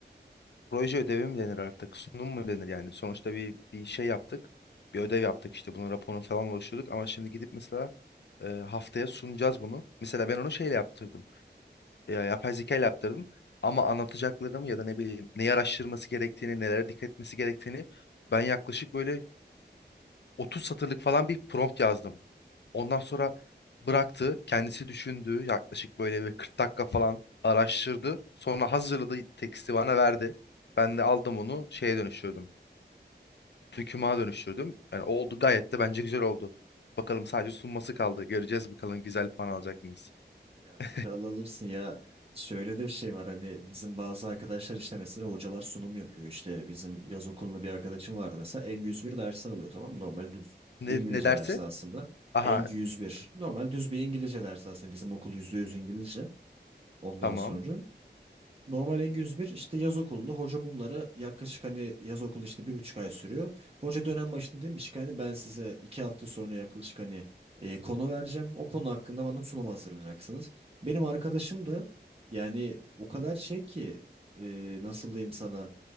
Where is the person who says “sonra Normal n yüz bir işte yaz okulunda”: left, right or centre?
Right